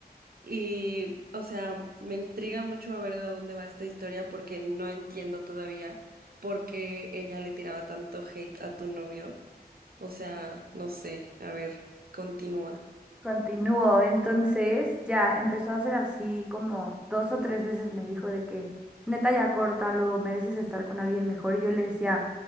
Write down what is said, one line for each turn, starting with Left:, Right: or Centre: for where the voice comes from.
Right: Y, o sea, me intriga mucho a ver de dónde va esta historia porque no entiendo todavía por qué ella le tiraba tanto hate a tu novio. O sea, no sé, a ver, continúa.
Centre: continuó entonces ya empezó a hacer así como dos o tres veces me dijo de que neta ya córtalo, mereces estar con alguien mejor y yo le decía